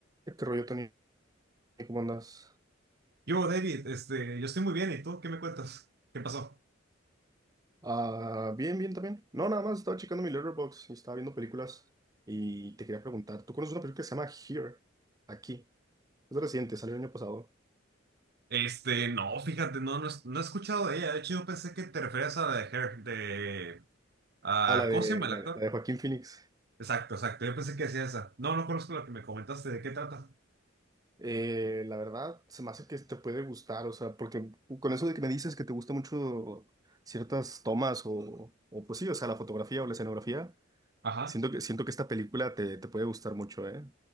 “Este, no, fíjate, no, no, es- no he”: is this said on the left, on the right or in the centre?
Right